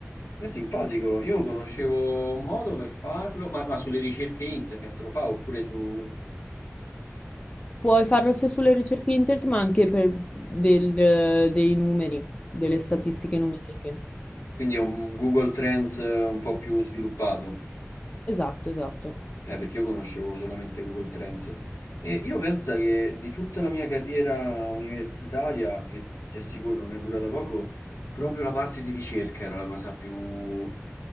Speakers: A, on the left; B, on the left.
A: È simpatico, io conoscevo un modo per farlo, ma, ma sulle ricerche internet lo fa oppure su...
B: Puoi farlo sia sulle ricerche internet, ma anche per del- dei numeri, delle statistiche
A: Mhm.
B: numeriche.
A: Quindi è un Google Trends eh, un po' più sviluppato,
B: Esatto, esatto.
A: eh, perché io conoscevo solamente Google Trends. E io penso che di tutta la mia carriera universitaria, che ti assicuro non è durata poco, proprio la parte di ricerca era la cosa più